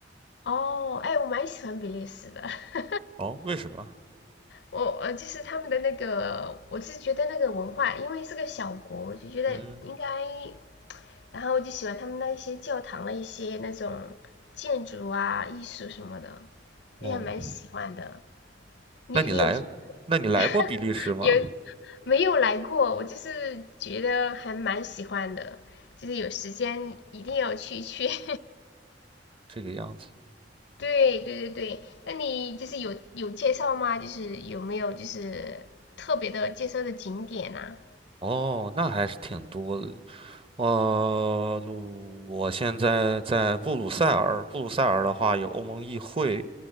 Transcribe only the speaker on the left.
哦，哎，我蛮喜欢比利时的，<laughs>
我呃就是他们的那个，我是觉得那个文化，因为是个小国，我就觉得应该，
然后我就喜欢他们那一些教堂的一些那种建筑啊、艺术什么的，
就还蛮喜欢的。你你有什么？
<laughs> 有没有来过？我就是觉得还蛮喜欢的，就是有时间一定要去去。<laughs>
对对对对，那你就是有有介绍吗？就是有没有就是特别的介绍的景点呐、